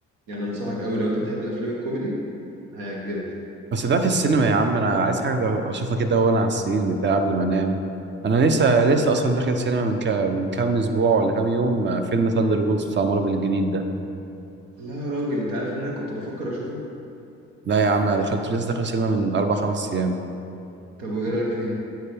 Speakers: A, on the right; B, on the right.
A: يعني انصحك قوي لو انت بتحب الافلام الكوميدي هيعجبك
B: بس ده في السينما يا عم انا عايز حاجه اشوفها كده وانا على السرير بتاعي قبل ما انام انا لسه لسه اصلا داخل سينما من ك... من كام اسبوع ولا كام يوم آه، فيلم ثاندر بولز بتاع مارفل الجديد ده
A: لا يا راجل انت عارف ان انا كنت بفكر اشوفه
B: لا يا عم انا دخلت لسه داخل سينما من اربع خمس ايام
A: طب وايه رايك فيه